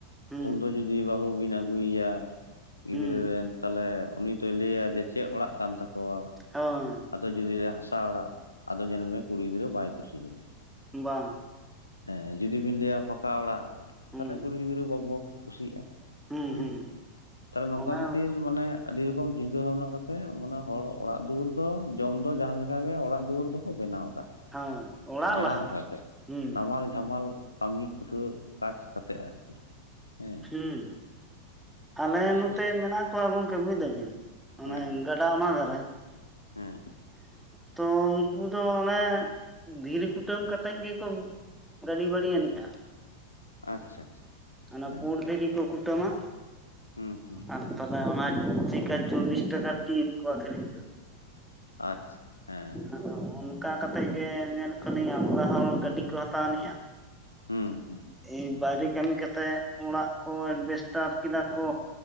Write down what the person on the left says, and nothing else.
ᱩᱱᱫᱚ ᱡᱩᱫᱤ ᱵᱟᱹᱦᱩ ᱵᱤᱱ ᱟᱹᱜᱩᱭᱭᱟ᱾ ᱜᱤᱫᱽᱨᱟᱹ
ᱨᱮᱱ ᱛᱟᱦᱚᱞᱮ ᱩᱱᱤ ᱫᱚᱚᱭ ᱞᱟᱹᱭᱟ ᱡᱮ ᱪᱮᱫ ᱚᱲᱟᱜ ᱠᱟᱱ ᱛᱟᱠᱚᱣᱟ᱾
ᱟᱫᱚ ᱡᱩᱫᱤ ᱞᱮ ᱦᱟᱥᱟ ᱚᱲᱟᱜ ᱟᱫᱚ ᱧᱮᱞ ᱢᱮᱭᱟ ᱠᱩᱲᱤ ᱜᱤᱫᱽᱨᱟᱹ ᱵᱟᱭ ᱠᱩᱥᱤ ᱞᱮᱱᱟ᱾
ᱦᱮᱸ ᱡᱩᱫᱤ ᱵᱤᱱ ᱞᱟᱹᱭᱟ ᱯᱟᱠᱟ ᱚᱲᱟᱜ
ᱛᱟᱦᱚᱞᱮ ᱠᱩᱲᱤ ᱜᱤᱫᱽᱨᱟᱹ ᱵᱚᱠ ᱵᱚᱠ ᱠᱩᱥᱤᱜᱼᱟ᱾
ᱦᱮᱸ
ᱛᱟᱦᱚᱞᱮ ᱱᱚᱝᱠᱟ
ᱠᱷᱟᱹᱛᱤᱨ ᱢᱟᱱᱮ ᱟᱹᱰᱤ ᱨᱚᱠᱚᱢ ᱪᱤᱫᱟᱹ ᱵᱷᱟᱵ ᱠᱟᱛᱮᱫ ᱢᱟᱱᱮ ᱦᱚᱲ ᱚᱲᱟᱜ ᱫᱩᱣᱟᱹᱨ ᱫᱚ ᱡᱚᱢ ᱫᱚ ᱡᱟᱦᱟᱸ ᱞᱮᱠᱟᱜᱮ ᱚᱲᱟᱜ ᱫᱩᱣᱟᱹᱨ ᱫᱚ ᱠᱚ ᱵᱮᱱᱟᱣ ᱮᱫᱟ᱾
ᱡᱟᱦᱟᱸ
ᱞᱮᱠᱟᱛᱮ
ᱱᱟᱢᱟᱞ ᱡᱷᱟᱢᱟᱞ ᱠᱟᱹᱢᱤ ᱠᱷᱟᱴᱣᱟᱹ ᱠᱟᱡᱽ ᱠᱟᱛᱮ ᱟᱨᱠᱤ ᱦᱮᱸ
ᱵᱩᱡᱽ
ᱠᱮᱫᱟᱢ
ᱦᱮᱸ
ᱦᱮᱸ
ᱟᱪᱪᱷᱟ ᱟᱪᱪᱷᱟ
ᱦᱮᱸ
ᱦᱩᱸ ᱦᱩᱸ
ᱟᱪᱪᱷᱟ ᱦᱮᱸ
ᱦᱩᱸ ᱦᱩᱸ